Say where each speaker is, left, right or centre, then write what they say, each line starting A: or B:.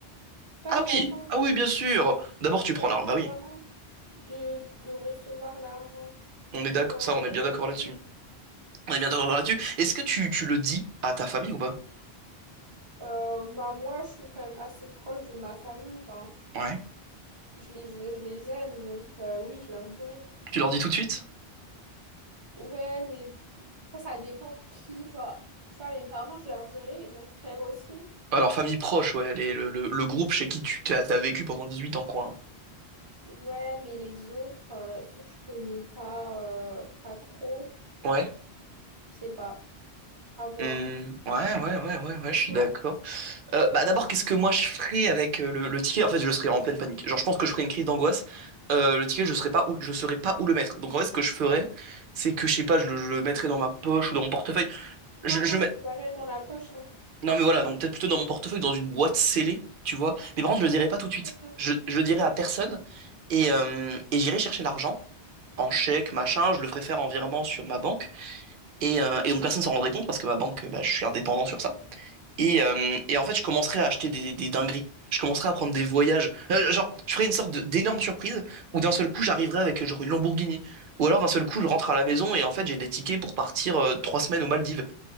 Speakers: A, on the right (about 30°); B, on the right (about 60°).
A: Tu vois,
B: Ah
A: j'attends,
B: oui, ah
A: euh,
B: oui, bien sûr. D'abord, tu prends
A: j'attends
B: l'arme. Bah oui,
A: vraiment de, de recevoir l'argent
B: on
A: pour
B: est d'accord,
A: euh,
B: ça, on est bien
A: réaliser.
B: d'accord là-dessus. On est bien d'accord là-dessus. Est-ce que tu, tu le dis à ta famille ou pas?
A: Euh, bah, moi, je suis quand même assez proche de ma famille. Enfin,
B: Ouais.
A: je les, je les aime, donc euh, oui, je leur dirai.
B: Tu leur dis tout de suite?
A: Ouais, mais après, ça dépend qui. Tu vois, tu vois, mes parents, je leur dirai, et mon frère aussi.
B: Alors, famille proche, ouais, les- le, le- le groupe chez qui tu t'as, t'as vécu pendant 18 ans, quoi.
A: Ouais, mais les autres, euh, ceux que je connais pas, euh, pas trop.
B: hein. Ouais.
A: Je sais pas. À voir.
B: Hmm, ouais, ouais, ouais, ouais, ouais,
A: Et
B: je
A: toi?
B: suis d'accord. Euh, bah, d'abord, qu'est-ce que moi je ferais avec euh, le, le ticket? En fait, je serais en pleine panique. Genre, je pense que je ferais une crise d'angoisse. Euh, le ticket, je serais pas où, je saurais pas où le mettre. Donc, en fait, ce que je ferais, c'est que, je sais pas, je le, je le mettrais dans ma poche ou dans mon portefeuille. Je,
A: Non,
B: je
A: non,
B: le mets-
A: faut pas le mettre dans la poche, hein.
B: Non, mais voilà, donc peut-être plutôt dans mon portefeuille, dans une boîte scellée, tu vois. Mais par contre, je le dirai
A: Ouais,
B: pas tout
A: plutôt
B: de suite.
A: ça.
B: Je, je le dirai à personne et, euh, et j'irai chercher l'argent en chèque, machin. Je le ferai faire en virement sur ma banque. Et, euh, et donc personne s'en rendrait compte parce que ma banque, bah, je suis indépendant sur ça. Et, euh, et en fait, je commencerai à acheter des, des, des dingueries. Je commencerai à prendre des voyages. Euh, genre, je ferai une sorte de- d'énorme surprise où d'un seul coup, j'arriverai avec euh, genre une Lamborghini. Ou alors d'un seul coup, je rentre à la maison et en fait, j'ai des tickets pour partir euh, trois semaines aux Maldives